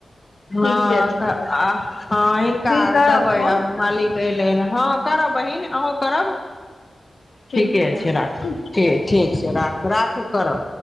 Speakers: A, on the left; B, on the left.
A: हँ
B: ठीके छै तऽ
A: हँ हिनका
B: फिर करब
A: देबै
B: फोन
A: मालिक देय लेल हँ करब बहिन अहूँ करब
B: ठीक
A: ठीके छै राख
B: ठीक
A: ठीक राख राखू करब